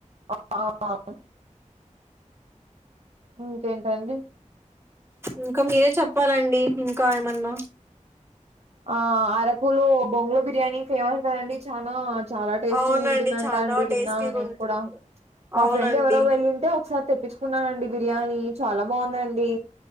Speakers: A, on the right; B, on the right.
A: ఆ ఆ <inaudible> ఇంకేంటండి
B: ఇంకా మీరే చెప్పాలండి ఇంకా ఏమన్నా
A: ఆ అరకులు బొంగలో బిర్యానీ ఫేమస్ కదండి చనా చాలా టేస్టీ
B: అవునండి
A: ఉంటుందంట
B: చాలా
A: అండి
B: టేస్టీగా
A: విన్నాను నేను
B: ఉంటుంది
A: కూడా మా
B: అవునండి
A: ఫ్రెండ్ ఎవరో వెళ్ళింటే ఒకసారి తెప్పించుకున్నానండి బిర్యానీ చాలా బాగుందండి